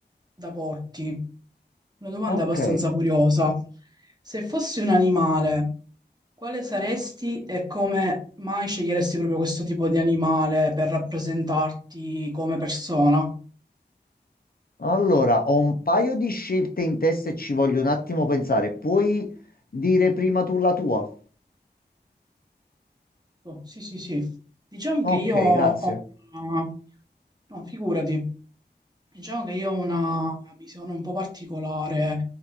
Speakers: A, on the right (about 20°); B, on the left (about 55°).
A: da porti, una domanda
B: Ok,
A: abbastanza curiosa. Se fossi un animale, Quale saresti e come mai sceglieresti proprio questo tipo di animale per rappresentarti come persona?
B: allora ho un paio di scelte in testa e ci voglio un attimo pensare. Puoi dire prima tu la tua?
A: Oh, sì, sì, sì. Diciamo
B: Ok,
A: che io ho
B: grazie.
A: una... No, figurati. Diciamo che io ho una visione un po' particolare